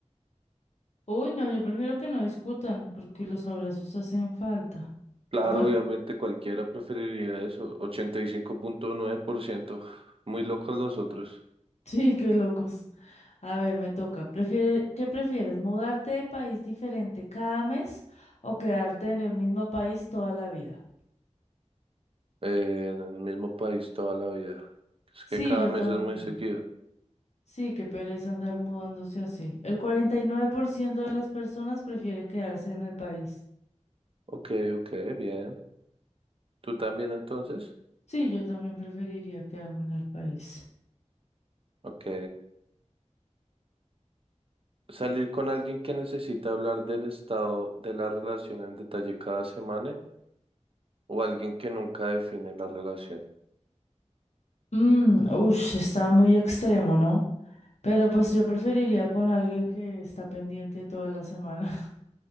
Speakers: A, on the left (about 65°); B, on the right (about 50°).
A: Uy, no, yo prefiero que no discutan porque los abrazos hacen falta.
B: Claro,
A: Bueno,
B: obviamente cualquiera preferiría eso. ochenta y cinco punto nueve por ciento Muy locos los otros.
A: <laughs> sí, qué locos. A ver, me toca. ¿Prefiere, qué prefieres? ¿Mudarte de país diferente cada mes o quedarte en el mismo país toda la vida?
B: Eh, en el mismo país toda la vida. Es que
A: Sí,
B: Sí. cada
A: yo
B: mes
A: también.
B: es muy seguido.
A: Sí, qué pereza andar mudándose así. El 49% de las personas prefiere quedarse en el país.
B: Ok, ok, bien. ¿Tú también entonces?
A: Sí, yo también preferiría quedarme en el país.
B: Ok. Salir con alguien que necesita hablar del estado de la relación en detalle cada semana o alguien que nunca define la relación.
A: Mm, ush, está muy extremo, ¿no? Pero pues yo preferiría con alguien que está pendiente toda la semana. <laughs>